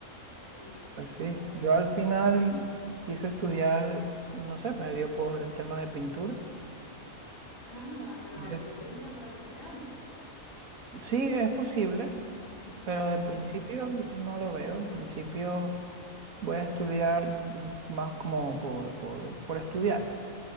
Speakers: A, on the left (about 70°); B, on the right (about 85°).
A: sí,
B: Pues sí,
A: de verdad.
B: yo al final quise estudiar, no sé, me dio por el tema de pintura.
A: Ah, pero
B: Quise,
A: a nivel ya profesional.
B: sí, es posible, pero en principio
A: Ah,
B: no lo veo. En principio voy a estudiar más como por, por, por estudiar,